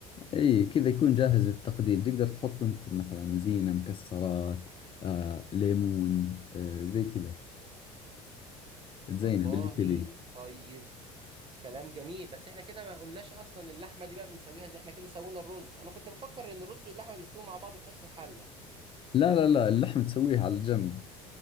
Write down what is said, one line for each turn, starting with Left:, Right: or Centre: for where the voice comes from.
Left: اي كذا يكون جاهز للتقديم تقدر تحط انت مثلا زينة مكسرات آه، ليمون آه، زي كذا تزينه
Right: والله
Left: باللي تبيه
Right: طيب كلام جميل بس احنا كده ما قلناش اصلا اللحمه دي بقى بنسويها زي احنا كده سوينا الرز انا كنت مفكر ان الرز واللحمه بيستووا مع بعض في نفس الحله
Left: لا لا لا اللحم تسويه على جنب